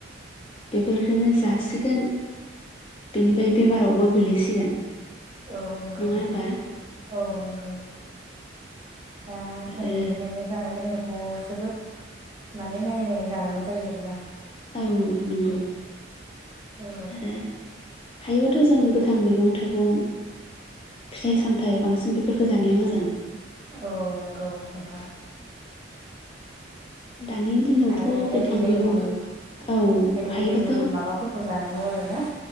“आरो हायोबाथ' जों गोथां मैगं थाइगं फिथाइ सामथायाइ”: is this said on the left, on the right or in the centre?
Left